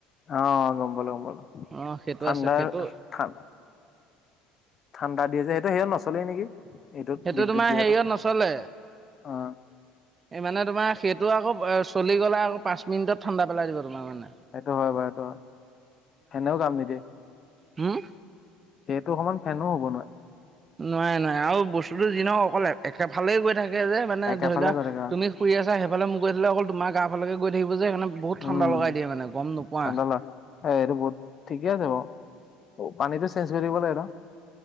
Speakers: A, on the left; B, on the right.
A: অ গম পালো গম পালো
B: অ সেইটো
A: ঠাণ্ডা
B: আছে সেইটো
A: ঠা ঠাণ্ডা দিয়ে যে সেইটো সিহঁত নচলেই নেকি? এইটোত
B: সেইটো
A: বিদ্যুৎ
B: তোমাৰ
A: দিয়াটো
B: হেৰিয়ত নচলে,
A: অ',
B: এই মানে তোমাৰ সেইটো আকৌ চলি গ'লে আকৌ পাঁচমিনিট ঠাণ্ডা পেলাই দিব তোমাৰ মানে।
A: সেইটো হয় বাৰু এইটো হয় ফেনেও কাম নিদিয়ে।
B: হম
A: সেইটো সমান ফেনো হ'ব নোৱাৰে।
B: নোৱাৰে নোৱাৰে আৰু বস্তুতো যি নহওক অকলে একেফালে গৈ থাকে। এ য়ে, মানে
A: একেফালে
B: ধৰি লোৱা
A: গৈ থাকে
B: তুমি শুই আছা, সেই ফালে মুৰ কৰি থ'লে অকল তোমাৰ গা ফালেকে গৈ থাকিব। যে সেই খনে বহুত ঠাণ্ডা
A: উম
B: লগাই দিয়ে মানে গম নোপোৱা।
A: ঠাণ্ডা লাগ এ এইটো বহুত, ঠিকে আছে বাৰু, পানীতটো চেঞ্জ কৰি দিব লাগে ন।